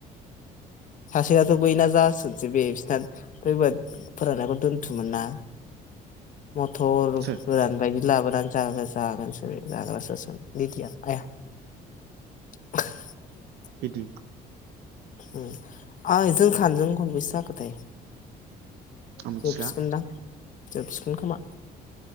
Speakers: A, on the left (about 50°); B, on the right (about 80°).
A: सासेआथ बैना जासोसै बेसना फैबा फोरानायखौ दोन्थुमो ना। मथर
B: सोर
A: गोरान बायदि लाबोनान जागो जागोनसो बे जाग्रासो। मिडिया आया। <unintelligible>
B: <unintelligible>
A: ओं आइ जों सानजों गनबैसो जाखोथाय
B: आं मिथिला
A: जोबसिगोनदां। जोबसिगोन खोमा।